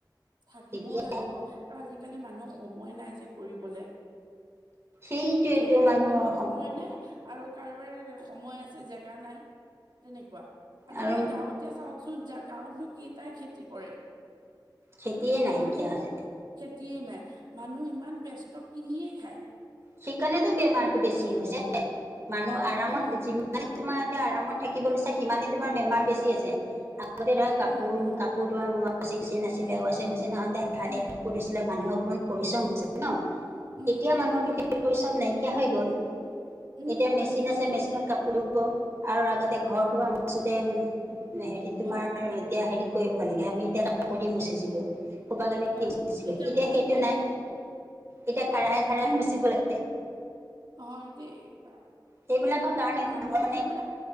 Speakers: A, on the right (about 70°); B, on the right (about 35°).
A: থাকিবও
B: তেতিয়া
A: লাগিব আৰু আজিকালি মানুহক সময় নাই যে কৰিবলে।
B: সেইটোৱেটো
A: জেগা
B: মানুহৰ
A: থাকিলেও সময় নাই, আৰু কাৰোবাৰ সময় আছে জেগা নাই। তেনেকুৱা আজিকালি
B: আৰু
A: গাঁৱত এতিয়া চাওকচোন যা গাঁৱতনো কেইটাই খেতি কৰে?
B: খেতিয়ে নাইকিয়া
A: মানুহ
B: হৈছে
A: খেতিয়ে নাই, মানুহ ইমান ব্যস্ত, কিনিয়ে খায়।
B: সেইকাৰণেতো বেমাৰতটো বেছি হৈছে, মানুহ আৰামত
A: অ
B: যিমান তোমাৰ এতিয়া আৰামত থাকিব লৈছে, সিমানে তোমাৰ বেমাৰ বেছি আছে, আগতে ধ কাপোৰ
A: উম উম
B: কাপোৰ ধ ৱাছিং মেচিন নাছিলে, ৱাছিং মেচিন নহওঁতে হাতে
A: উম
B: কাপোৰ ধুইছিলে, মানুহে অকমান পৰিশ্ৰম
A: উম
B: ন?
A: উম
B: এতিয়া
A: উম
B: মানুহৰ
A: উম
B: সেই পৰিশ্ৰম নাইকিয়া হৈ গ'ল।
A: উম
B: এতিয়া মেচিন
A: উম
B: আছে মেচিনত কাপোৰ আৰু আগতে ঘৰ দুৱাৰ মোচোতে, হেৰি তোমাৰ
A: অ
B: এতিয়া হেৰিত কৰিব লাগে, আমি তেতিয়া কাপোৰ দি মুচিছিলোঁ। সোপা কানী
A: অ
B: দিছিল। এতিয়া
A: মই
B: সেইটো নাই এতিয়া খাৰহে খাৰহে মুচিব লাগে।
A: অ দেই বা,
B: সেইবিলাকৰ কাৰণে
A: মানুহ
B: মানুহৰ
A: বিলাক মানে